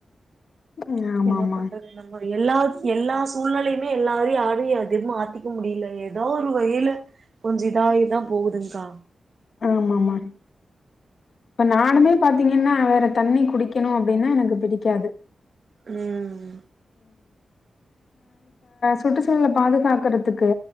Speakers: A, on the left; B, on the right.
A: ம் ஆமா
B: என்ன
A: ஆமா
B: பண்றது நம்ம எல்லா எல்லா சூழ்நெலையுமே எல்லாரையும் யாரையும் எதிர் மாத்திக்க முடியல எதா ஒரு வயில கொஞ்சி இதாயிதான் போகுதுங்கா
A: ஆமா ஆமா இப்ப நானுமே பாத்தீங்கன்னா வேற தண்ணி குடிக்கணும் அப்படின்னா எனக்கு பிடிக்காது
B: ம்
A: சுற்றுச்சூழலை பாதுகாக்கறதுக்கு